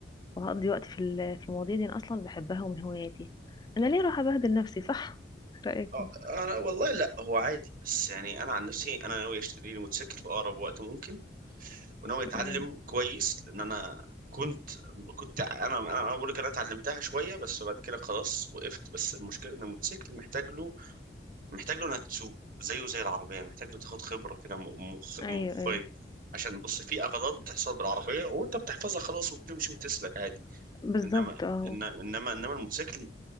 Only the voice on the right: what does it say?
آه،
انا والله لا هو عادي بس يعني انا عن نفسي انا ناوي اشتري لي موتوسيكل في اقرب وقت ممكن وناوي اتعلم
كويس لان انا كنت كنت انا انا أنا بقول لك انا اتعلمتها شويه بس بعد كده خلاص وقفت بس المشكله ان الموتوسيكل محتاج له محتاج له انك تسوق زيه زي العربيه محتاج له تاخد خبره كده م- مخ
مخيه
عشان بص في اغلاط بتحصل بالعربيه وانت بتحفظها خلاص وبتمشي وتسلك عادي
انما
إن- انما انما الموتوسيكل